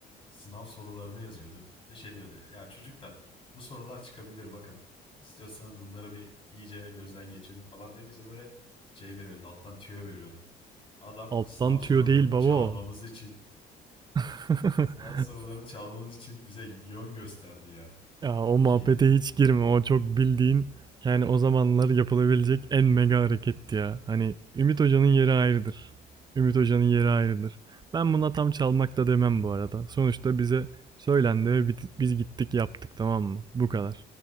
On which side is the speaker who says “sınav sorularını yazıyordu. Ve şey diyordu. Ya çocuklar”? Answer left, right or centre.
Left